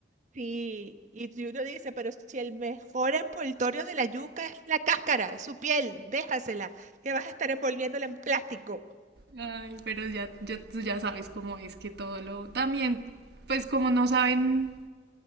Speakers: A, on the right (about 40°); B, on the right (about 60°).
A: Sí, y si uno dice, pero si el mejor envoltorio de la yuca es la cáscara, es su piel, déjasela, que vas a estar envolviéndola en plástico.
B: Ay, pero ya, ya- tú ya sabes cómo es que todo lo... También, pues como no saben